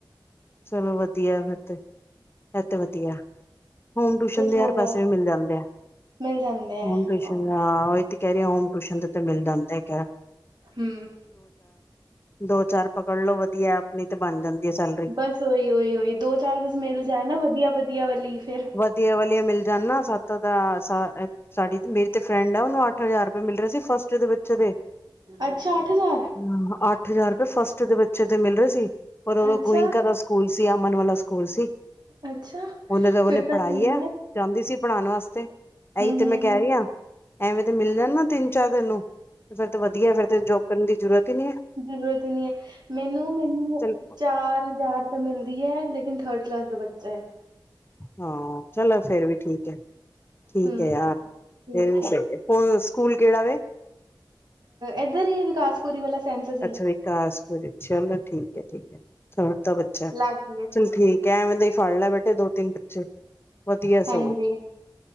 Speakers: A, on the left; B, on the right.
A: ਚਲੋ ਵਧੀਐ ਫੇਰ ਤੇ ਫੇਰ ਤੇ ਵਧੀਆ ਐ। ਹੋਮ ਟੂਸ਼ੱਨ
B: ਕੁਛ
A: ਦੇ
B: ਹੋ
A: ਯਾਰ ਪੇਸੇ
B: ਜਾਏ
A: ਵੀ ਮਿਲ ਜਾਂਦੇ ਐ।
B: ਮਿਲ ਜਾਂਦੇ। ਆ
A: ਹੋਮ ਟਿਯੂਸ਼ਨ
B: ਹਾਂ
A: ਆ ਔਈ ਤੇ ਕੇ ਰਈ ਆ ਹੋਮ ਟੂਸ਼ਨ ਦੇ ਤੇ ਮਿਲ ਜਾਂਦੇ ਆ ਖੈਰ।
B: ਹੂੰ।
A: ਦੋ ਚਾਰ ਪਕੜ ਲੋ ਵਧੀਆ ਐ ਅਪਨੀ ਤੇ ਬਨ ਜਾਂਦੀ ਐ ਸੇਲ
B: ਬਸ ਔਈ ਔਈ ਔਈ ਦੋ ਚਾਰ ਬਸ ਮਿਲ ਜਾਏ ਨਾ ਵਧੀਆ ਵਧੀਆ ਵਲੀ ਫੇਰ
A: ਵਧੀਆ ਵਲੀਆਂ ਮਿਲ ਜਾਨ ਨਾ ਸੱਤ ਸਤ ਆ ਸ ਐ ਸਾਡੀ ਮੇਰੀ ਤੇ ਫਰੈਂਡ ਔਨੂੰ ਅੱਠ ਹਜਾਰ ਰੁਪੇ ਮਿਲ ਰੇ ਸੀ ਫਸਟ ਦੇ ਬੱਚੇ ਦੇ।
B: ਅੱਛਾ ਅੱਠ ਹਜ਼ਾਰ
A: ਹੂੰ ਅੱਠ ਹਜਾਰ ਰੁਪੇ ਫਸਟ ਬੱਚੇ ਦੇ ਬੱਚੇ ਦੇ ਮਿਲ ਰੇ ਸੀ ਪਰ ਔਈ
B: ਅੱਛਾ
A: ਗੋਇੰਕਾ ਦਾ ਸਕੂਲ ਸੀ ਅਮਨ ਵਾਲਾ ਸਕੂਲ ਸੀ।
B: ਅੱਛਾ
A: ਉਹਨੇ ਤਾਂ ਉਹਨੇ
B: ਫੇਰ ਤਾ
A: ਪੜ੍ਹਾਈ
B: ਸਈ
A: ਹੈ
B: ਐ।
A: ਜਾਂਦੀ ਸੀ ਪੜਾਨ ਵਾਸਤੇ ਐਈ ਤੇ
B: ਹਮ
A: ਮੈਂ ਕੇ
B: ਹਮ
A: ਰਈ ਆ ਐਵੇ ਦੇ ਮਿਲ ਜਾਨ ਨਾ ਤਿੰਨ ਚਾਰ ਤੈਨੂੰ। ਤੇ ਫੇਰ ਤੇ ਵਧੀਆ ਐ ਫੇਰ ਤੇ ਜੋਬ ਕਰਨ ਦੀ ਜਰੂਰਤ ਈ ਨੀ ਐ।
B: ਜਰੂਰਤ ਈ ਨੀ ਐ ਮੈਨੂੰ ਮੈਨੂੰ
A: ਚੱਲ
B: ਚਾਰ ਹਜਾਰ ਮਿਲਦੀ ਐ ਲੇਕਿਨ ਥਰਡ ਕਲਾਸ ਦਾ ਬੱਚਾ ਐ।
A: ਹਾਂ ਚਲੋ ਫੇਰ ਵੀ ਠੀਕ ਏ ਠੀਕ
B: ਹੂੰ
A: ਏ ਯਾਰ ਫੇਰ
B: ਠੀਕ
A: ਵੀ
B: ਹੈ
A: ਸਯੀ ਏ। ਔ ਸਕੂਲ ਕੇੜਾ ਵੇ?
B: ਐੱਧੱਰ ਈ ਏ ਵਿਕਾਸ ਪੂਰੀ ਵਲਾ ਸੈਂਂਨਸੱਦ।
A: ਅੱਛਾ ਵਿਕਾਸਪੁਰ ਚਲੋ ਠੀਕ ਏ ਠੀਕ ਏ ਛੋਟਾ ਵ ਅਛਾ
B: ਲੱਗ ਗਈ ਹੈ ਸਕੂਲ
A: ਚੱਲ ਠੀਕ
B: ਵੀ
A: ਐ ਐਵੇ ਦੇ ਈ ਫੜ ਲੈ ਬੇਟੇ ਦੋ ਤਿੰਨ ਬੱਚੇ ਵਧੀਆ ਐ
B: ਹਾਂਜੀ
A: ਸਗੋ।